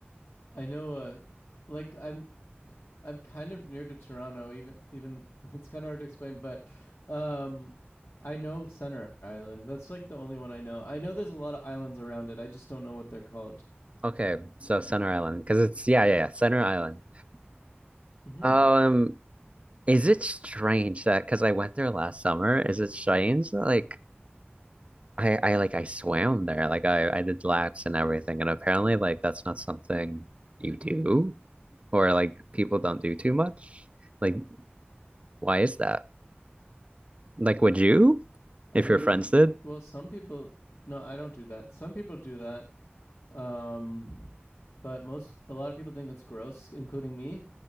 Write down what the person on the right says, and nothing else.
Okay, so Center Island, because it's yeah, yeah, yeah, Center Island.
Um, is it strange that because I went there last summer, is it strange that like I I like I swam there. Like I I did laps and everything. And apparently like that's not something you do or like people don't do too much. Like why is that? Like would you
if
your friends did?